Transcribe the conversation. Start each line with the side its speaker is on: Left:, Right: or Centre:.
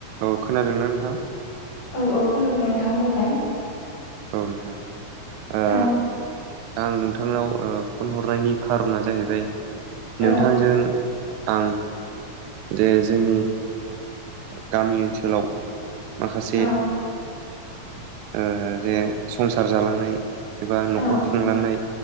Right: औ खोनादोंना नोंथां
Left: औ औ खोनादों नोंथां बुंलाय
Right: औ नोंथां ओ
Left: औ
Right: दा आं ओ नोंथांनाव फन हरनायनि खारना जाहैबाय
Left: औ
Right: नोंथांजों आं जे जोंनि गामि ओनसोलाव माखासे
Left: औ
Right: ओ जे संसार जालांनाय एबा न'खर
Left: औ
Right: खुंलांनाय
Left: औ